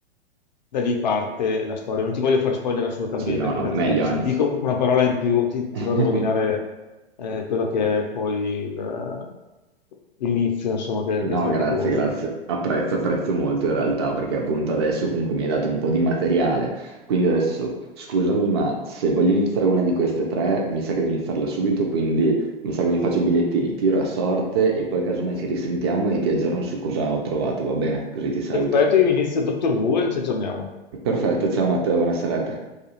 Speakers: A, on the left; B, on the right.
A: da lì parte la storia. Non ti voglio far spoiler assolutamente,
B: sì, no,
A: perché
B: no, meglio
A: altrimenti se
B: anzi.
A: ti dico una parola in più ti,
B: <laughs>
A: ti vado a rovinare eh, quello che è poi il- l'inizio, insomma, che,
B: No,
A: che è strepitoso.
B: grazie, grazie. Apprezzo, apprezzo molto in realtà perché appunto adesso comunque mi hai dato un po' di materiale. Quindi adesso scusami, ma se voglio iniziare una di queste tre, mi sa che devo iniziarla subito, quindi mi sa che mi faccio i bigliettini, tiro a sorte e poi casomai ci risentiamo e ti aggiorno su cosa ho trovato, va bene? Così ti saluto.
A: Perfetto, io inizio Dottor Who e ci aggiorniamo.
B: Perfetto, ciao Matteo, buona serata.